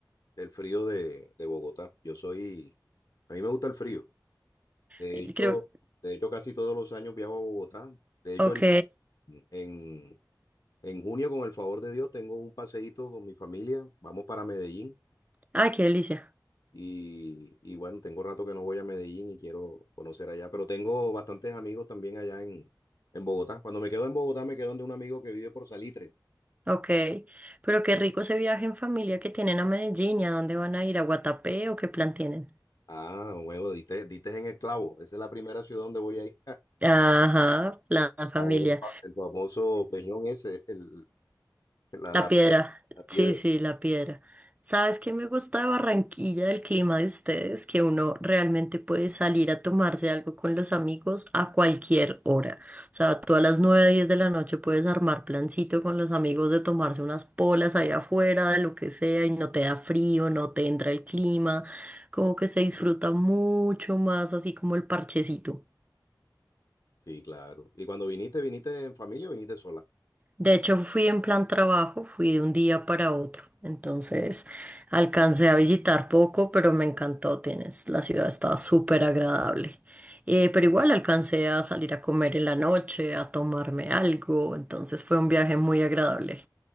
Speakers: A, on the left; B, on the right.
A: el frío de, de Bogotá. Yo soy, a mí me gusta el frío. De
B: Y
A: hecho,
B: Creo,
A: de hecho, casi todos los años viajo a Bogotá. De hecho,
B: ok,
A: ahorita mm, en, en junio, con el favor de Dios, tengo un paseíto con mi familia. Vamos para Medellín.
B: ay, qué delicia.
A: Y, y bueno, tengo rato que no voy a Medellín y quiero conocer allá. Pero tengo bastantes amigos también allá en, en Bogotá. Cuando me quedo en Bogotá, me quedo donde un amigo que vive por Salitre.
B: Ok, pero qué rico ese viaje en familia que tienen a Medellín, ¿y ¿a dónde van a ir? ¿A Guatapé o qué plan tienen?
A: Ah, huevo, diste, diste en el clavo. Esa es la primera ciudad donde voy a ir.
B: Ajá, plan familia.
A: A ver, el, famoso peñón ese, el, la,
B: La
A: la
B: piedra,
A: piedra, la piedra.
B: sí, sí, la piedra. ¿Sabes qué me gusta de Barranquilla, del clima de ustedes? Que uno realmente puede salir a tomarse algo con los amigos a cualquier hora. O sea, tú a las 9, 10 de la noche puedes armar plancito con los amigos de tomarse unas polas ahí afuera, de lo que sea, y no te da frío, no te entra el clima. Como que se disfruta mucho más así como el parchecito.
A: Sí, claro. Y cuando viniste, viniste en familia o viniste sola.
B: De hecho, fui en plan trabajo, fui de un día para otro. Entonces, alcancé a visitar poco, pero me encantó. Tienes, la ciudad estaba súper agradable. Eh, pero igual alcancé a salir a comer en la noche, a tomarme algo. Entonces, fue un viaje muy agradable.